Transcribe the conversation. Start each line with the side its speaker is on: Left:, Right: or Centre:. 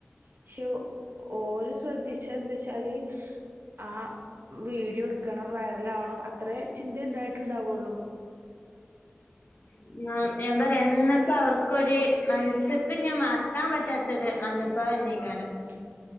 Right: പക്ഷെ ഓല് ശ്രദ്ധിച്ചെന്തേച്ചാല് ആ വ് വീഡിയോ എടുക്കണം വൈറലാവണം അത്രേ ചിന്തയിണ്ടായിട്ടുണ്ടാവൂള്ളൂ
Left: <unintelligible> ഞാൻ പറയാ എന്നപ്പ അവർക്കൊരു മനസ്സ്ക്ക്ഞ്ഞി മറക്കാൻ പറ്റാത്ത ത്തൊരു അനുഭവന്നെയ്കാരം
Right: ഉം ഉം